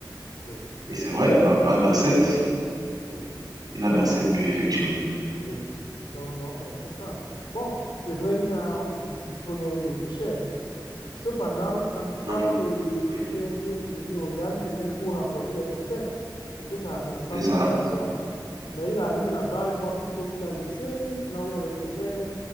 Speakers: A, on the left; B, on the right.
A: oui,
B: Et c'est vrai, il n'a pas sept
A: oui.
B: Il a
A: Donc,
B: vingt sept buts, effectivement.
A: oui. Donc, donc, c'est un peu ça. Bon, c'est vrai, il n'a- on ne peut rien lui reprocher. hein. Cependant, en quittant
B: Non,
A: le,
B: oui,
A: le PSG pour venir au Real, il venait pour remporter les trophées. C'était sa principale
B: c'est ça.
A: motivation. Mais il arrive là-bas, il voit plutôt qu'il a laissé, là où il y a les trophées,